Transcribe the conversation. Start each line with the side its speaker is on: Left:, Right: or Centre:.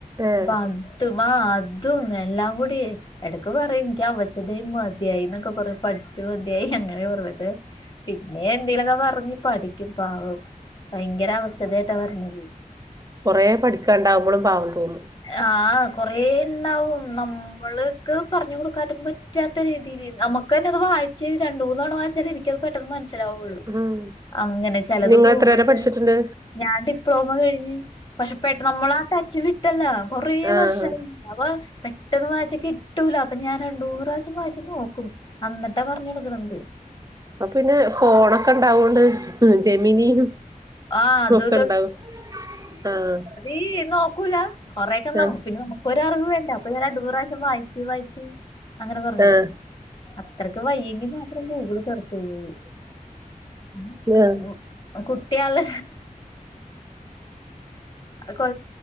Right: ഏഹ്
Left: പ്പൊ ഥവാ അതും എല്ലാം കൂടി എടക്ക് പറയും എനിക്ക് അവശത മതിയായി എന്നൊക്കെ പറയും പഠിച്ച് മതിയായി അങ്ങനെ കുറ പക്ഷെ പിന്നെ എന്തേലൊക്കെ പറഞ്ഞു പഠിക്കും പാവം ഭയങ്കര അവശതആയിട്ട വരണത്
Right: കുറേ പഠിക്കാണ്ടാവുമ്പോഴും പാവം തോന്നും
Left: ആഹ് കൊറേ ണ്ടാക്കും നമ്മൾക്ക് പറഞ്ഞു കൊടുക്കാ പറ്റാത്ത രീതിൽ നമുക്ക് തന്നെ അത് വായി ച്ച് രണ്ട് മൂന്ന തണ് വച്ചാൽ എനിക്ക് അത് പെട്ടെന്ന് മനസിലാവും ഫുൾ
Right: ഉം
Left: അങ്ങനെ ചെലത്
Right: നിങ്ങൾ
Left: ഗൂഗിള്
Right: എത്ര വരെ പഠിച്ചിട്ടുണ്ട്
Left: ഞാൻ ഡിപ്ലോമ കഴിഞ്ഞ് പക്ഷെ പെട്ട നമ്മളാ ആ ടച്ച് വിട്ടല്ല കൊറ
Right: ആഹ്
Left: വർഷയി അപ്പ പെട്ടെന്ന് വായിച്ചക്കെ കിട്ടൂല അപ്പൊ ഞാൻ രണ്ടൂ പ്രാവശ്യം വായിച്ച് നോക്കും അന്നിട്ടാ പറഞ്ഞ കൊടുക്കണ എന്ത്
Right: അപ്പൊ പിന്നെ ഫോണൊക്കെ ഇണ്ടാവോണ്ട് ജമീനിയും
Left: ആഹ് അതും
Right: ത് ഒക്കെ ണ്ടാക്കും ആഹ്
Left: ഈ നോക്കൂല കൊറെേൊക്കെ നമ്മു
Right: ആഹ്
Left: പിന്നെ നമുക്കൊര് അറിവ് വേണ്ടേ അപ്പൊ രണ്ട് മൂന്ന് പ്രാവശ്യം വായിച്ച് വായിച്ച് അങ്ങനെ പറഞ്ഞു കൊടുക്കും
Right: ആഹ്
Left: അത്രക്ക് വയ്യെങ്കി മാത്രം ഗൂഗിള് സെർച്ച് ചെയ്യുള്ളൂ ഉം
Right: ആഹ്
Left: കുട്ട്യാള് കൊ